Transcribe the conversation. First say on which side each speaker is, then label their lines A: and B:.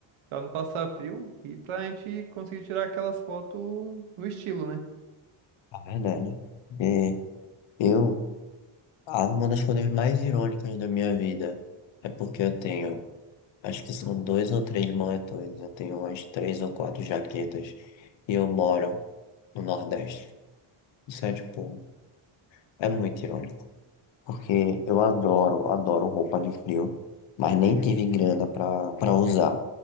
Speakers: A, on the right (about 75°); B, on the left (about 65°).
A: Pra não passar frio e pra gente conseguir tirar aquelas fotos no estilo, né?
B: é verdade. E eu, ah, uma das coisas mais irônicas da minha vida é porque eu tenho, acho que são dois ou três moletões, eu tenho umas três ou quatro jaquetas e eu moro no Nordeste. Isso é tipo, é muito irônico. Porque eu adoro, adoro roupa de frio, mas nem tive grana pra, pra usar,